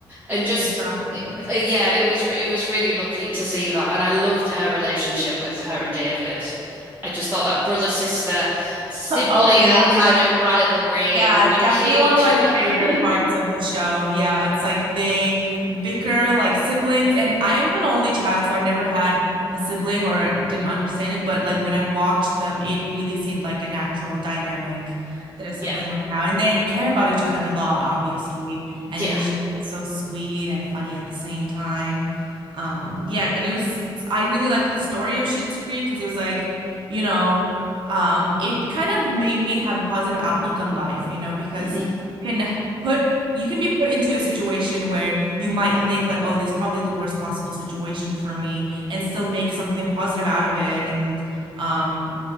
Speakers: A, on the right; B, on the right.
A: and just
B: exactly.
A: it, uh, yeah, it was it was really lovely to see that and I loved her relationship with her and David. I just thought that brother sister sibling
B: Oh yeah.
A: kind of rivalry
B: Yeah,
A: and
B: definitely
A: they hate
B: one
A: each
B: of my
A: other.
B: favorite
A: <laughs>
B: parts of the show. Yeah, it's like they bicker like siblings, and I'm an only child, so I never had a sibling or didn't understand it. But like when I watched them, it really seemed like a natural dynamic that a sibling
A: Yeah.
B: would have, and they care about each other a lot, obviously. And
A: Yeah.
B: it was just like, so sweet and funny at the same time. Um, yeah, and it was I really liked the story of Schitt's Creek because it was like you know um, it kind of made me have a positive outlook on life, you know, because
A: Mhm.
B: you can put you can be put into a situation where you might think like, oh, this is probably the worst possible situation for me, and still make something positive out of it, and um,